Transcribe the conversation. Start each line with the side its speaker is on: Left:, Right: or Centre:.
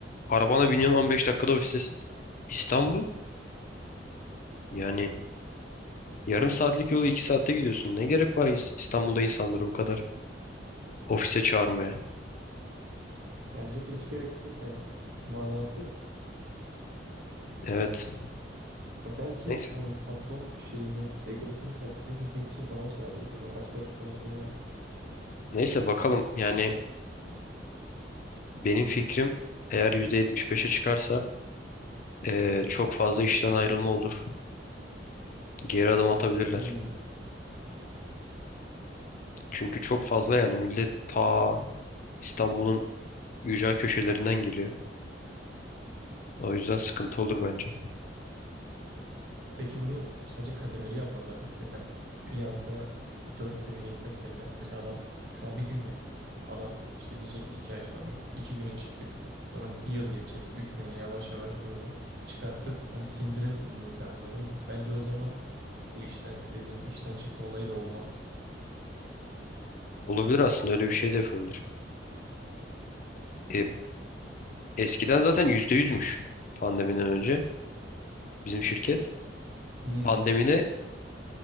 Left: Arabana biniyorsun 15 dakikada ofistesin. İstanbul yani yarım saatlik yolu 2 saatte gidiyorsun. Ne gerek var ins- İstanbul'da insanları bu kadar ofise çağırmaya?
Right: Bence de hiç gerek yok yani. Manası yok.
Left: Evet.
Right: Ya belki
Left: Neyse.
Right: hani patron şeyini, egosunu tatmin etmek için falan çağırıyordur. Yani başka açıklaması olamaz.
Left: Neyse bakalım yani benim fikrim eğer yüzde yetmiş beşe çıkarsa Ee, çok fazla işten ayrılma olur. Geri adım atabilirler.
Right: Hmm.
Left: Çünkü çok fazla yani millet ta İstanbul'un ücra köşelerinden geliyor. O yüzden sıkıntı olur bence.
Right: Peki bunu sence kademeli yapmazlar mı? Mesela bir anda dört güne geçmek yerine mesela adam şu an bir gün ya adam işte diyecek ki iki ay sonra iki güne çıktık sonra bir yıl geçecek üç güne yavaş yavaş böyle çıkartıp hani sindire sindirir anladın mı? Bence o zaman bu işten dediğin işten çıkma olayı da olmaz.
Left: Olabilir aslında öyle bir şey de yapabilir. E, eskiden zaten %100'müş pandemiden önce bizim şirket.
Right: Hmm.
Left: Pandemide